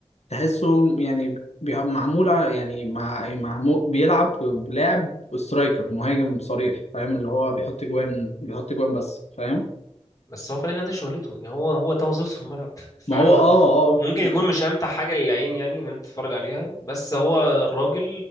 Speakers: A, on the left; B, on the left.
A: تحسه يعني بي- معمول ع- يعني مع معمول بيلعب بلاعب سترايكر مهاجم صريح فاهم اللي هو بيحط جوان بيحط جوان بس فاهم
B: بس هو في الاخر ده شغلته يعني هو هو ده وظيفته في الملعب <laughs> فانا
A: ما هو اه
B: م-
A: اه آه،
B: ممكن
A: بز-
B: يكون مش امتع حاجه للعين يعني ان انت تتفرج عليها بس هو الراجل